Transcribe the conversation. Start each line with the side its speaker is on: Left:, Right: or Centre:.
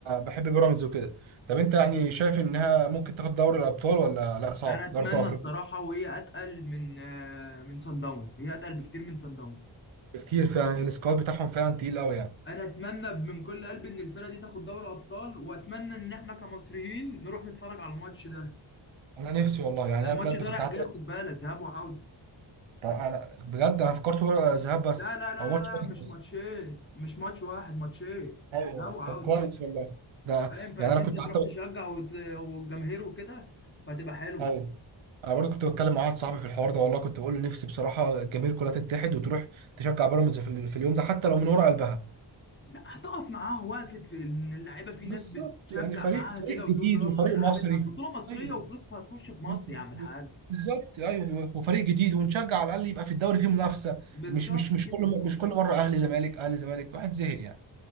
Right: بحب بيراميدز وكده طب انت يعني شايف انها ممكن تاخد دوري الابطال ولا لا صعب
Left: انا اتمنى
Right: دوري ابطال افريقيا
Left: الصراحه وهي اتقل من آه، من سان داونز هي اتقل بكتير من سان داونز
Right: كتير فعلا السكواد بتاعهم فعلا تقيل قوي يعني
Left: انا اتمنى من كل قلبي ان الفرقه دي تاخد دوري ابطال واتمنى ان احنا كمصريين نروح نتفرج على الماتش ده
Right: انا نفسي والله يعني
Left: يعني
Right: انا
Left: الماتش
Right: بجد
Left: ده
Right: كنت
Left: رايح
Right: قعدت
Left: جاي خد بالك ذهاب وعوده
Right: طب انا بجد انا فكرت ورق- ذهاب بس
Left: لا لا لا لا
Right: او ماتش واحد
Left: لا مش
Right: بس
Left: ماتشين مش ماتش واحد ماتشين
Right: ايوه
Left: ذهاب وعودة
Right: طب كويس والله ده
Left: فاهم فان
Right: يعني انا
Left: انت
Right: كنت
Left: تروح
Right: حتى
Left: تشجع
Right: ب-
Left: وت- والجماهير وكده فهتبقى حلو
Right: ايوه انا برضه كنت بتكلم مع واحد صاحبي في الحوار ده والله كنت بقول له نفسي بصراحه الجماهير كلها تتحد وتروح تشجع بيراميدز في, ال- في اليوم ده حتى لو من ورا قلبها
Left: لا هتقف معاه وقفت في ان اللعيبه في
Right: بالظبط
Left: ناس بتشجع
Right: يعني فريق
Left: معاها
Right: فريق
Left: كده
Right: جديد
Left: وتقول له
Right: وفريق
Left: يلا العب
Right: مصري
Left: العب بطوله مصريه
Right: ايوه
Left: وفلوسها هتخش في مصر
Right: بز-
Left: يا عم
Right: ب-
Left: الحاج
Right: بالظبط ايوه وفريق جديد ونشجع على الاقل يبقى في الدوري فيه منافسه
Left: بالظبط
Right: مش مش مش
Left: كده
Right: كل م- مش كل مره اهلي زمالك اهلي زمالك واحد زهق يعني